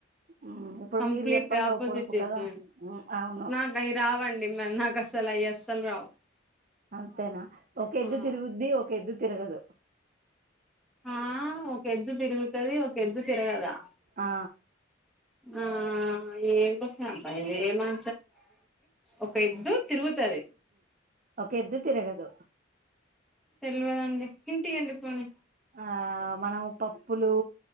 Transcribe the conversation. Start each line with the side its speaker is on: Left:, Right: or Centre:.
Right: ఉమ్, ఇప్పుడు
Centre: కంప్లీట్
Right: మీరు చెప్పండి
Centre: ఆపోజిట్
Right: ఓ పొడుపు
Centre: చెప్పాను
Right: కదా ఉమ్, అవును
Centre: నాకు అయి రావండి నాకు అస్సలు అయి అస్సలు రావు
Right: అంతేనా ఒక ఎద్దు
Centre: ఆ
Right: తిరుగుద్ది ఒక ఎద్దు తిరగదు
Centre: ఆ ఒక ఎద్దు తిరుగుతుది ఒక ఎద్దు తిరగదా
Right: ఆ
Centre: ఆ ఏం కసబ్బా ఇదే మ ఒక ఎద్దు తిరుగుతది
Right: ఒక ఎద్దు తిరగదు
Centre: తెలివదండి హింట్ ఇవ్వండి పోనీ
Right: ఆ మనము పప్పులు